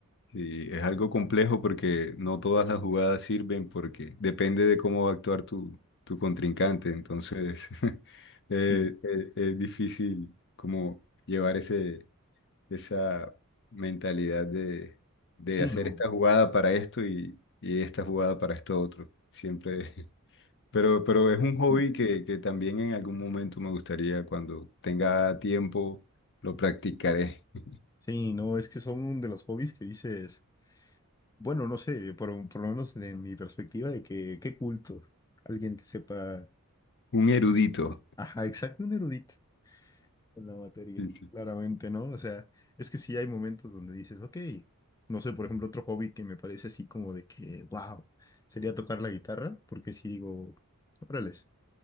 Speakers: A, on the left; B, on the left.
A: Sí, es algo complejo porque no todas las jugadas sirven porque depende de cómo va a actuar tu, tu contrincante. Entonces, <laughs> eh,
B: Sí,
A: eh, es difícil como llevar ese, esa mentalidad de, de
B: sí,
A: hacer
B: no.
A: esta jugada para esto y, y esta jugada para esto otro. Siempre. <laughs> Pero, pero es un
B: Ujú.
A: hobby que, que también en algún momento me gustaría, cuando tenga tiempo, lo practicaré. <laughs>
B: Sí, no, es que son de los hobbies que dices. Bueno, no sé, por, por lo menos en mi perspectiva de que, qué culto, alguien que sepa,
A: Un erudito.
B: ajá, exacto, un erudito en la materia,
A: Sí, sí.
B: claramente, ¿no? O sea, es que sí hay momentos donde dices, ok, no sé, por ejemplo, otro hobby que me parece así como de que, wow, sería tocar la guitarra, porque sí digo, órale, es